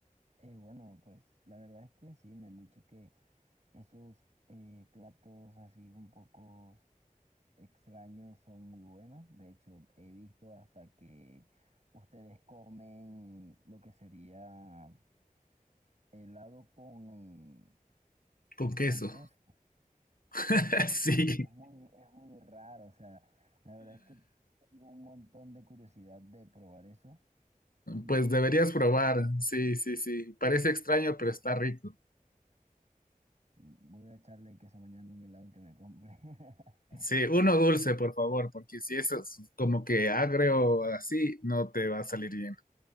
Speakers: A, on the right; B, on the left.
A: Eh, bueno, pues la verdad es que sí, me han dicho que esos eh, platos así un poco extraños son muy buenos. De hecho, he visto hasta que ustedes comen lo que sería helado con,
B: Con queso.
A: con queso.
B: <laughs> Sí.
A: Y Es muy, es muy raro, o sea, la verdad es que tengo un montón de curiosidad de probar eso, porque
B: Pues deberías
A: voy,
B: probar. Sí, sí, sí. Parece extraño, pero está rico.
A: voy a echarle queso mañana a un helado que me compre. <laughs>
B: Sí, uno dulce, por favor, porque si eso es como que agrio o así, no te va a salir bien.